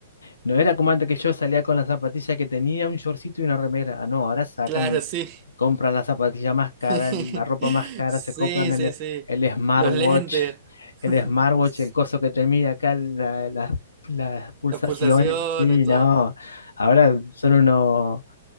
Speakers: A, on the left; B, on the right.
A: No era como antes que yo salía con la zapatilla que tenía, un shortcito y una remera. Ah, no, ahora sacan,
B: claro, sí.
A: compran la zapatilla más cara,
B: <laughs>
A: el- la ropa más cara,
B: Sí,
A: se compran el,
B: sí, sí.
A: el smartwatch,
B: Los lentes, <laughs>
A: el smartwatch, el coso que te mide acá, la- las las pulsaciones.
B: las pulsaciones,
A: Sí,
B: todo.
A: no. Ahora son unos,